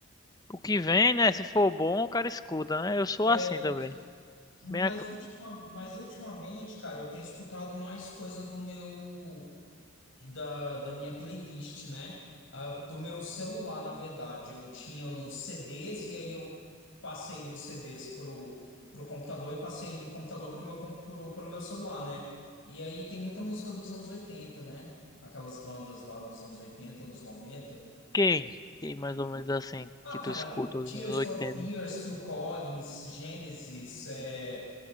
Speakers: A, on the left (about 20°); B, on the left (about 70°).
A: O que vem, né? Se for bom, o cara escuta, né? Eu sou
B: É,
A: assim
B: mas,
A: também.
B: mas,
A: Bem
B: ultima- mas ultimamente, cara, eu tenho escutado mais coisa do meu. da, da minha playlist, né? Ah, do meu celular, na verdade. Eu tinha uns CDs e aí eu passei dos CDs pro, pro computador e passei do computador pro meu, com- pro, pro meu celular, né? E aí tem muita música dos anos oitenta né? Aquelas bandas lá dos anos oitenta anos noventa
A: Quem? Quem mais ou menos assim
B: ah,
A: que
B: cara,
A: tu escuta
B: Tears
A: os anos 80?
B: for Fears, Phil Collins, Genesis, é,